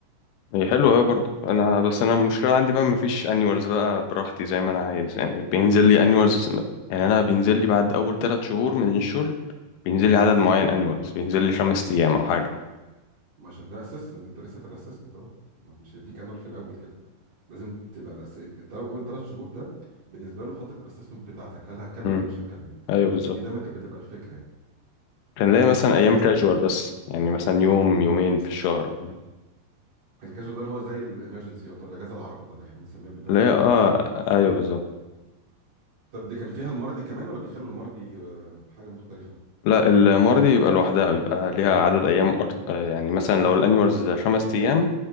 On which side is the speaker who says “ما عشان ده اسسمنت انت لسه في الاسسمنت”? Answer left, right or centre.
Right